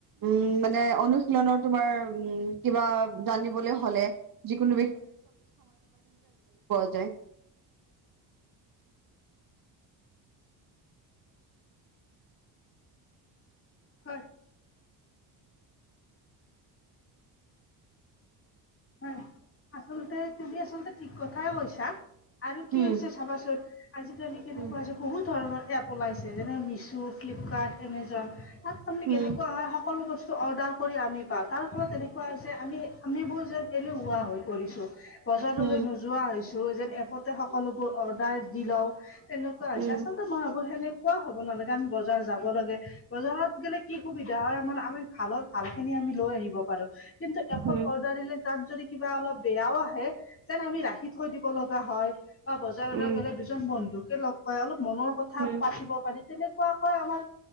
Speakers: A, on the right (about 50°); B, on the left (about 30°).
A: উম মানে অনুশীলনৰ তোমাৰ উম কিবা জানিবলৈ হলে যিকোনো সে <unintelligible>
B: হয়। হয়, আচলতে তুমি আচলতে ঠিক কথাই কৈছা। আৰু কি
A: উম
B: হৈছে চাবাচোন আজিকালি কেনেকুৱা
A: উম
B: হৈছে বহুত ধৰণৰ এ ওলাইছে যেনে মিছো, ফ্লিপকাৰ্ট, এমেজন তাত তাৰমানে
A: উম
B: কেনেকুৱা হয় সকলো বস্তু অৰ্ডাৰ কৰি আমি পাওঁ তাৰ ফলত এনেকুৱা হৈছে আমি আমিবোৰ যেন এনে হা হৈ পৰিছো। বজাৰলৈ
A: উম
B: নোযোৱা হৈছো যেন এপতে সকলোবোৰ অৰ্ডাৰ দি লও তেনেকুৱা হৈছে
A: উম
B: আচলতে, মই অৱহেলা তেনেকুৱা হ'ব নালাগে আমি বজাৰ যাব লাগে বজাৰত গেলে কি সুবিধা হয় আমাৰ আমি ভালত ভাল খিনি আ লৈ আহিব পাৰোঁ। কিন্তু এপট
A: উম
B: অৰ্ডাৰ তাত যদি কিবা অলপ বেয়াও আহে তেন আমি ৰাখি থৈ দিব লগা হয়। বা বজাৰলৈ
A: উম
B: গ'লে দুজন বন্ধুকে লগ পাই অলপ মনৰ কথা
A: উম।
B: পাতিব পাৰি। তেনেকুৱাকৈ আমাৰ